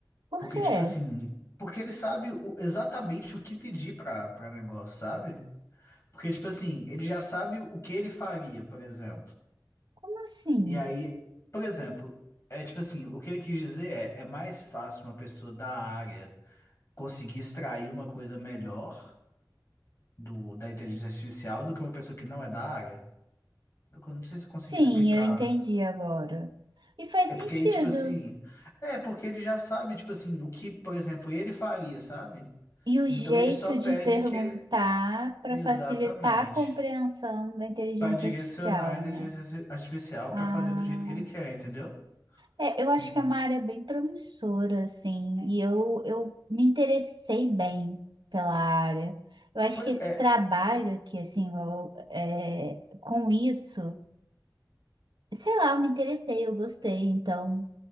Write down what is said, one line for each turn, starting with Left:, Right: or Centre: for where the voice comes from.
Right: Por
Left: Porque,
Right: quê?
Left: tipo assim, porque ele sabe o- exatamente o que pedir pra, pra negócio, sabe? Porque, tipo assim, ele já sabe o que ele faria, por exemplo.
Right: Como assim?
Left: E aí, por exemplo, é tipo assim, o que ele quis dizer é, é mais fácil uma pessoa da área conseguir extrair uma coisa melhor do, da inteligência artificial do que uma pessoa que não é da área. Eu não sei se
Right: Sim,
Left: eu consegui explicar.
Right: eu entendi agora. E faz
Left: É porque
Right: sentido.
Left: aí, tipo assim, é porque ele já sabe, tipo assim, o que, por exemplo, ele faria, sabe?
Right: E o
Left: Então
Right: jeito
Left: ele só pede
Right: de perguntar
Left: que
Right: para
Left: Exatamente.
Right: facilitar a compreensão da inteligência
Left: Para direcionar
Right: artificial,
Left: a inteligência
Right: né?
Left: arti- artificial
Right: Ah,
Left: para fazer do jeito que ele quer, entendeu?
Right: é, eu acho
Left: Hum,
Right: que é uma área bem promissora, assim, e eu, eu me interessei bem pela área. Eu acho
Left: Pois
Right: que esse
Left: é,
Right: trabalho aqui, assim, eu, é, com isso, sei lá, eu me interessei, eu gostei, então,